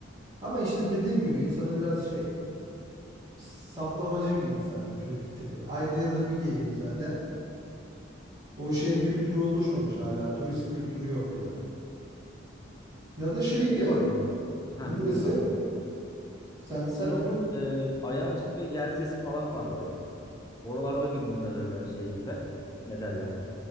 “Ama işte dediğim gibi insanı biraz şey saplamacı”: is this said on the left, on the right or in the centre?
Right